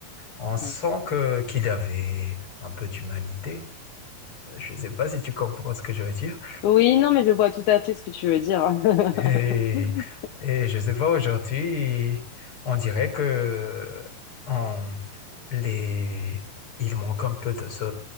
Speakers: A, on the left; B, on the left.
A: on sent
B: Ouais.
A: que qu'il avait un peu d'humanité. Je ne sais pas si tu comprends ce que je veux dire.
B: Oui, non, mais je vois tout à fait ce que tu veux dire. <laughs>
A: Et, et je ne sais pas, aujourd'hui, on dirait que on, les, il manque un peu de ce,